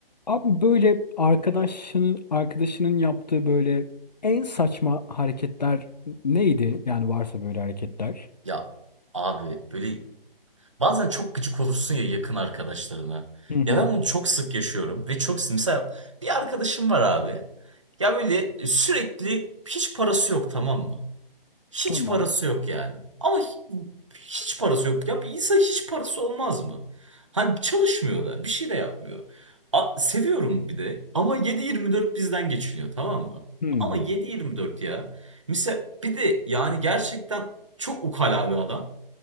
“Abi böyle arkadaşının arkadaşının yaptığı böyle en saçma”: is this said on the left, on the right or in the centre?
Left